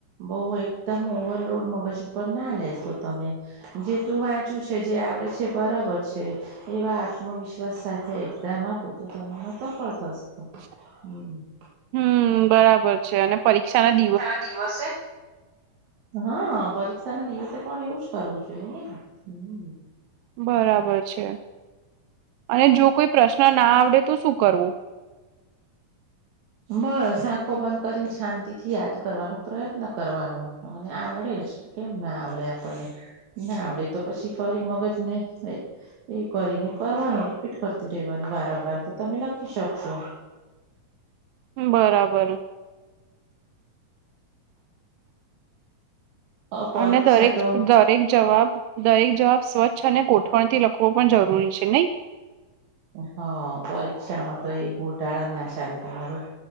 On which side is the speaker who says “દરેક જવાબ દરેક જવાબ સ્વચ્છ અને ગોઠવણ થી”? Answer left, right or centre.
Right